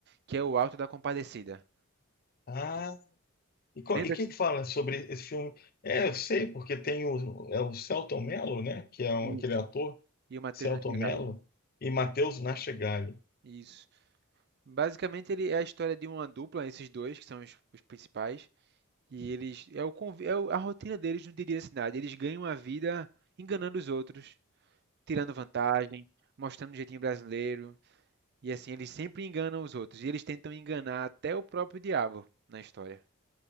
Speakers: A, on the right; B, on the left.
A: que é O Alto da Compadecida.
B: Ah, e, qual,
A: Lembra
B: e quem que fala sobre esse filme? É, eu sei, porque tem o, é o Selton Mello, né? Que é um-
A: disso?
B: aquele ator
A: E o Matheus
B: Celto
A: Nachegale.
B: Mello e Matheus Nachegali.
A: Isso. Basicamente, ele é a história de uma dupla, esses dois, que são os, os principais, E eles. É, o, conv- é o- a rotina deles no dia a dia da cidade. Eles ganham a vida enganando os outros, tirando vantagem, mostrando o jeitinho brasileiro. E assim, eles sempre enganam os outros. E eles tentam enganar até o próprio diabo na história.